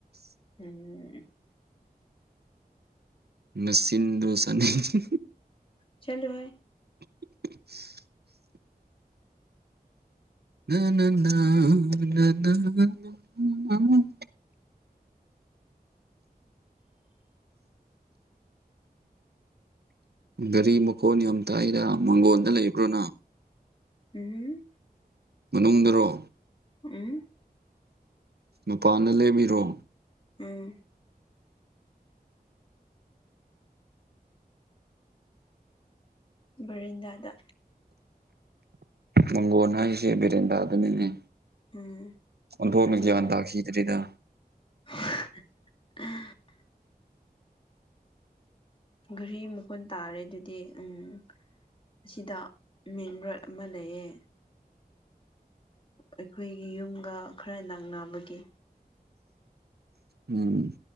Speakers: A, on the left; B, on the right.
A: ꯎꯝ
B: ꯅꯆꯤꯟꯗꯣ ꯆꯥꯅꯤꯡꯉꯤ
A: ꯆꯂꯣꯍꯦ
B: <unintelligible> <unintelligible> ꯒꯥꯔꯤ ꯃꯈꯣꯟ ꯌꯥꯝ ꯇꯥꯏꯗ ꯃꯥꯡꯒꯣꯟꯗ ꯂꯩꯕ꯭ꯔꯣ ꯅꯪ
A: ꯎꯝ
B: ꯃꯅꯨꯡꯗꯔꯣ
A: ꯎꯝ
B: ꯃꯄꯥꯟꯗ ꯂꯦꯝꯄꯤꯔꯣ
A: ꯎꯝ ꯚꯦꯔꯟꯗꯥꯗ
B: ꯃꯪꯒꯣꯟ ꯍꯥꯏꯁꯦ ꯕꯦꯔꯦꯟꯗꯥꯗꯨꯅꯤꯅꯦ
A: ꯎꯝ
B: ꯑꯣꯟꯊꯣꯛꯅ
A: ꯑꯗꯨꯗ
B: ꯒ꯭ꯌꯥꯟ ꯇꯥꯈꯤꯗ꯭ꯔꯤꯗ
A: <unintelligible> ꯘꯔꯤ ꯃꯈꯣꯟ ꯇꯥꯔꯦ ꯑꯗꯨꯗꯤ ꯎꯝ ꯑꯁꯤꯗ ꯃꯦꯟ ꯔꯣꯗ ꯑꯃ ꯂꯩꯌꯦ ꯑꯩꯈꯣꯏꯒꯤ ꯌꯨꯝꯒ ꯈꯔ ꯅꯛꯅꯕꯒꯤ
B: ꯎꯝ